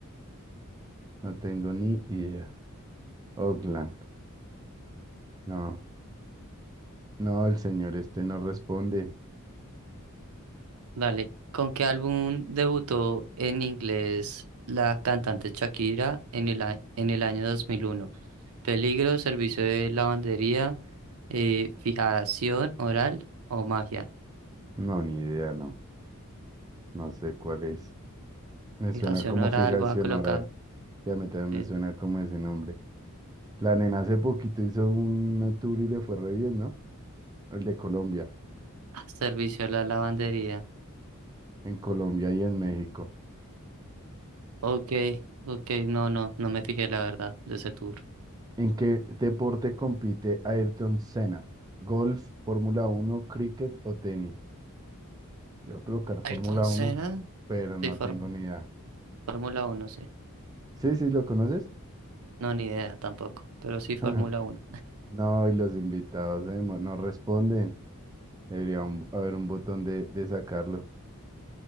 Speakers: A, on the right (about 15°); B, on the right (about 75°).
A: No tengo ni idea. Oakland. No, no, el señor este no responde.
B: Dale, ¿con qué álbum debutó en inglés la cantante Shakira en el, a- en el año 2001? ¿Peligro, servicio de lavandería, eh, fijación oral o magia?
A: No, ni idea, no. No sé cuál es. Me
B: Fijación
A: suena como
B: oral
A: fijación
B: voy a colocar.
A: oral. Ya a mí también
B: sí.
A: me suena como ese nombre. La nena hace poquito hizo un tour y le fue re bien, ¿no? El de Colombia,
B: Ah, Servicio a la lavandería.
A: en Colombia y en México.
B: Ok, ok, no, no, no me fijé la verdad de ese tour.
A: ¿En qué deporte compite Ayrton Senna? ¿Golf, Fórmula uno, cricket o tenis? Yo creo que era Fórmula
B: Ayrton Senna,
A: uno, pero no
B: sí, Fórmula
A: tengo ni idea.
B: Fórmula uno sí.
A: Sí, sí, ¿lo conoces?
B: No, ni idea tampoco, pero sí Fórmula
A: <laughs>
B: uno.
A: No, y los invitados eh, mo- no responden. Debería un- haber un botón de, de sacarlo.